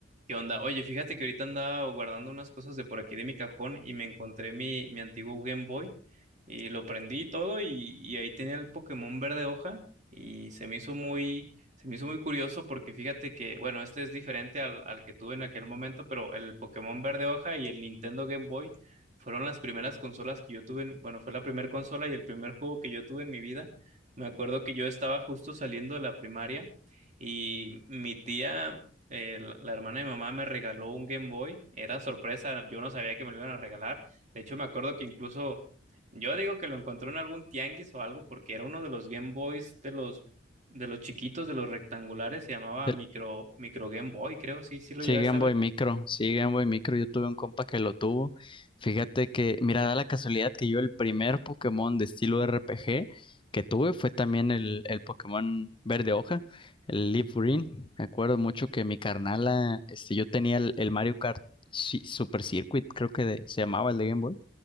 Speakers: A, on the right; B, on the left.
A: ¿Qué onda? Oye, fíjate que ahorita andaba guardando unas cosas de por aquí de mi cajón y me encontré mi, mi antiguo Game Boy y lo prendí y todo y, y ahí tenía el Pokémon verde hoja y se me hizo muy, se me hizo muy curioso porque fíjate que, bueno, este es diferente al, al que tuve en aquel momento, pero el Pokémon verde hoja y el Nintendo Game Boy fueron las primeras consolas que yo tuve, en- bueno, fue la primera consola y el primer juego que yo tuve en mi vida. Me acuerdo que yo estaba justo saliendo de la primaria. Y mi tía eh, la, la hermana de mi mamá me regaló un Game Boy. Era sorpresa, yo no sabía que me lo iban a regalar. De hecho, me acuerdo que incluso yo digo que lo encontré en algún tianguis o algo, porque era uno de los Game Boys de los, de los chiquitos, de los rectangulares, se llamaba
B: El-
A: micro, micro Game Boy, creo, sí, sí lo
B: Sí,
A: llegaste
B: Game
A: a
B: Boy
A: ver.
B: Micro, sí, Game Boy Micro, yo tuve un compa que lo tuvo. Fíjate que, mira, da la casualidad que yo el primer Pokémon de estilo R P G que tuve fue también el, el Pokémon verde hoja, el Leaf Green. Me acuerdo mucho que mi carnala, este, yo tenía el, el Mario Kart Ci- Super Circuit, creo que de- se llamaba el de Game Boy.